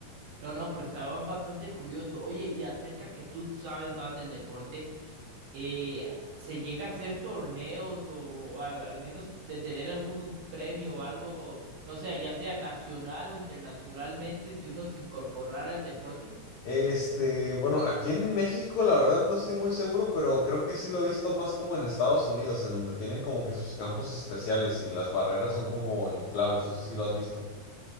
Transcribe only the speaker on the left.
Este, bueno, aquí en México, la verdad no estoy muy seguro, pero creo que sí lo he visto más como en Estados Unidos, en donde tienen como que sus campos especiales y las barreras son como inflables. No sé si lo has visto.